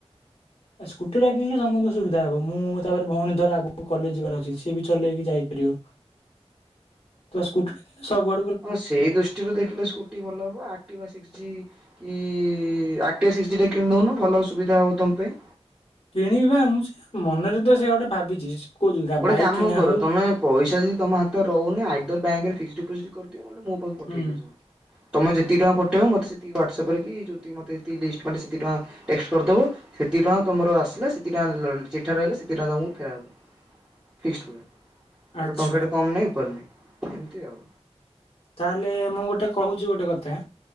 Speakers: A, on the left; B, on the right.
A: ସ୍କୁଟିଟା କିଣିଲେ ସମସ୍ତଙ୍କୁ ସୁବିଧା ହବ ମୁଁ ତାପରେ ଭଉଣୀ ଧର ଆଗକୁ କଲେଜ ଯିବାର ଅଛି ସି ବି ଚଲେଇକି ଯାଇପାରିବ ତ ସ୍କୁଟି ଟା ସବୁ ଆଡେ
B: ହଁ ସେଇ ଦୃଷ୍ଟିରୁ ଦେଖିଲେ ସ୍କୁଟି ଭଲ ହବ ଏକ୍ଟିଭା ସିକ୍ସ ଜି କି ଆକ୍ଟିଭ ସିକ୍ସ ଜି କିଣିଦଉନୁ ଭଲ ସୁବିଧା ହବ ତମ ପାଇଁ।
A: କିଣିବା ମୁଁ ସେ ମନେରେତ ସେ ଗୋଟେ ଭାବିଛି। କୋଉ ଗା-
B: ଗୋଟେ
A: ବାଇକ୍
B: କାମ
A: କିଣା
B: କର
A: ହଉ
B: ତମେ ପଇସା ଯଦି ତମ ହାତରେ ରହୁନି ଆଇଦର୍ ବ୍ୟାଙ୍କରେ ଫିକ୍ସ ଡିପୋଜିଟ କର ନହେଲେ ମୋ ପାଖକୁ ପଠେଇ
A: ହୁଁ।
B: ସବୁ ତୁମେ ଯେତିକ ଟଙ୍କା ପଠେଇବ ମୋତେ ସେତିିକି ହ୍ଵାଟ୍ସଆପରେ କି ଯେ ମୋତେ ଲିଷ୍ଟ ମାନେ ସେତିକ ଟଙ୍କା ଟେକ୍ସଟ କରିଦେବ ସେତିକ ଟଙ୍କା ତୁମର ଆସିଲା ସେତି ଟଙ୍କା ଚିଠା ରହିଲେ ସେତିକ ଟଙ୍କା ତମକୁ ଫେରା ହେବ। ଫିକ୍ସ ପରେ ତାଠୁ
A: ଆଚ୍ଛା
B: ଟଙ୍କା ଟୁ କମ ନାଇଁ ଉପରେ ନାଇଁ। ଏମିତି ଆଉ।
A: ତାହେଲେ ମୁଁ ଗୋଟେ କହୁଛି ଗୋଟେ କଥା